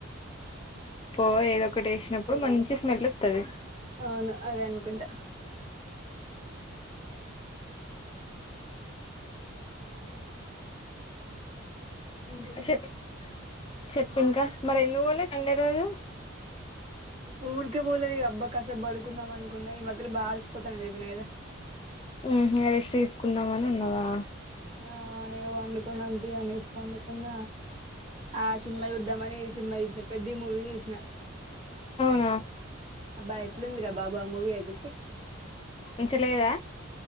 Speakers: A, on the left; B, on the right.
A: పో ఏదొ ఒకటి ఏశినప్పుడు మంచి స్మెల్ ఒత్తది
B: అవును అదే అనుకుంటా ఆ ఇంకేం
A: చెప్
B: మరి
A: చెప్పింకా మరి ఎందుకు పోలే సండే రోజు
B: ే ఊరికే పోలేదిగ అబ్బా కాసేబడుకుందాం అనుకున్నా ఈ మధ్యల బాఅలిసిపోతన అని చెప్పిన గదా
A: ఊహ్ ఇగ రెస్ట్ తీసుకుందాం అని ఉన్నావా
B: ఆ ఇగ వండుకుందాం తియ్ అనేశి పండుకున్న ఆ సినిమా చూద్దామని ఈ సినిమా చూసిన పెద్ధి మూవీ చూసిన
A: ఆ
B: అబ్బా ఎట్లుందిరా బాబు ఆ మూవీ అయితె చి
A: మంచలేదా